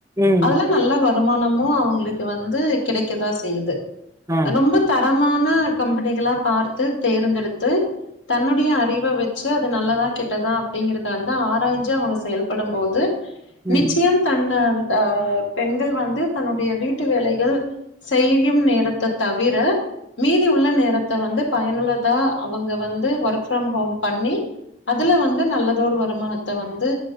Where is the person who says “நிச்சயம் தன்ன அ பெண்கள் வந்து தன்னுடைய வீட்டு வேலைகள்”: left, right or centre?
Left